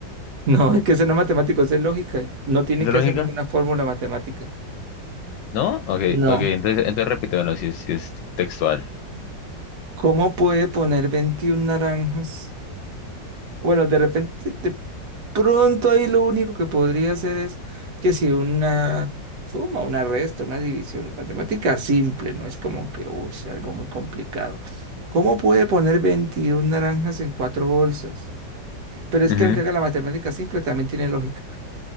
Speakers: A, on the right; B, on the left.
A: No, es que eso no es matemático, eso es lógica. No tiene
B: ¿Es de
A: que
B: lógica?
A: hacer ninguna fórmula matemática.
B: ¿No? Ok,
A: No.
B: ok. Entonces, entonces repítemelo si es, si es textual.
A: ¿Cómo puede poner 21 naranjas? Bueno, de repente, de pronto ahí lo único que podría hacer es que si una suma, una resta, una división, es matemática simple, no es como que, uy, es algo muy complicado. ¿Cómo puede poner 21 naranjas en cuatro bolsas? Pero es
B: Ujú.
A: que aunque haga la matemática simple, también tiene lógica.